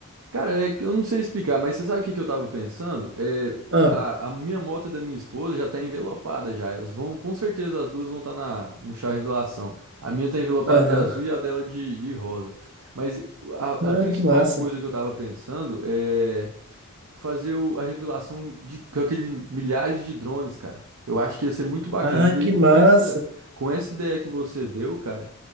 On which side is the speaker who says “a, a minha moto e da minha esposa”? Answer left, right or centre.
Right